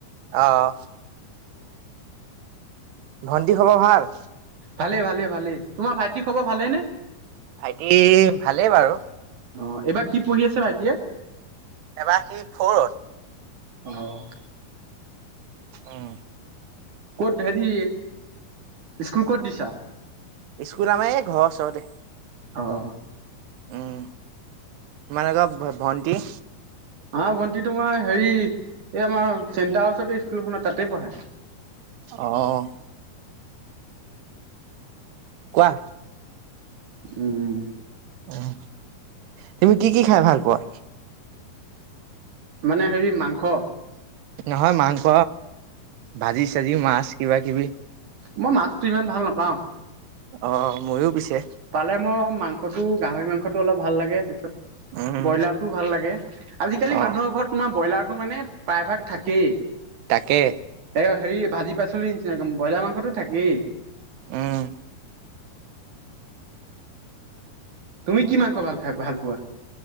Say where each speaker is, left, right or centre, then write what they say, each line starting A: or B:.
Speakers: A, on the right; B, on the right.
A: অ'। ভণ্টি খবৰ ভাল?
B: ভালে, ভালে, ভালে তোমাৰ ভাইটি খবৰ ভালে নে?
A: ভাইটি ভালেই বাৰু।
B: অ', এইবাৰ কি পঢ়ি আছে ভাইটিয়ে?
A: এবাৰ সি ফৰ
B: অ'।
A: উম
B: ক'ত হেৰি স্কুল ক'ত দিছা?
A: স্কুল আমাৰ এই ঘৰ ওচৰতে।
B: অ'।
A: উম তোমালোকৰ ভ ভণ্টি?
B: আমাৰ ভণ্টি তোমাৰ হেৰি এই আমাৰ চেণ্টাৰ হাউচতে স্কুলখন তাতে পঢ়ে।
A: অ'। কোৱা।
B: উম।
A: উম তুমি কি কি খাই ভাল পোৱা?
B: মানে হেৰি মাংস।
A: নহয় মাংস ভাজি চাজি মাছ কিবা কিবি।
B: মই মাছটো ইমান ভাল নাপাওঁ।
A: অ', ময়ো পিছে।
B: পালে মই মাংসটো গাহৰি মাংসটো অলপ ভাল লাগে তাছত
A: উম
B: ব্ৰইলাৰটো ভাল লাগে আজিকালি
A: অ
B: মানুহৰ ঘৰত তোমাৰ ব্ৰইলাৰটো মানে প্ৰায়ভাগ থাকেই।
A: তাকে।
B: এই হেৰি ভাজি পাচলিৰ নিচিনাকে ব্ৰইলাৰ মাংসতো থাকেই।
A: উম।
B: তুমি কি মাংস ভাল খাই ভাল পোৱা?